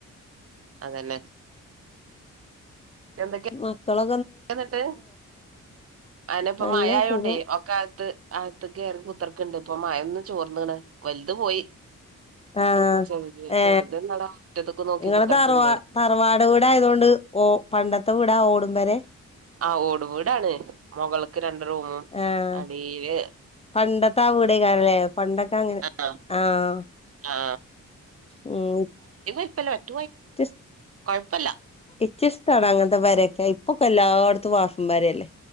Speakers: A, on the right; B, on the left.
A: അതന്നെ എന്തൊക്കെയ
B: മക്കള
A: എന്നിട്ട് അന ഇപ്പൊ
B: നല്ല
A: മഴായോണ്ട
B: സുഖം
A: ഒക്ക അകത്ത് ആകത്തക്കറ കുത്തക്കുണ്ട് ഇപ്പോ മയൊന്ന് ചോർന്നേണ്. വലുത് പോയി.
B: ആ
A: ചെറുത്
B: ഏ
A: ചെറുത് ഇതാടാ മുറ്റത്ത്ക്ക് നോക്കി
B: ങ്ങടെ
A: കുത്തർക്ക്ണ്ട്
B: തറവാ തറവാട് വീടായതോണ്ട് ഓ പണ്ടത്തെ വീടാ ഓട് എന്താരെ
A: ആ ഓട് വീടാണ്‌. മൊകൾക്ക് രണ്ട് റൂമും.
B: ആഹ്
A: അടിയില്
B: പണ്ടത്തെ ആ വീടാക്കാറല്ലേ പണ്ടൊക്കെ അങ്ങനെ.
A: ആ
B: ആഹ്
A: ആ
B: ഉം ഊം.
A: <unintelligible>
B: ക്ക് ഷ്
A: കൊഴപ്പല്ല
B: ഇയ്ക്ക് ഇഷ്ടാണ്‌ അങ്ങനത്തെ പെരേ ഇപ്പൊക്കെ എല്ലായിടത്തും വാർപ്പും പെര അല്ലേ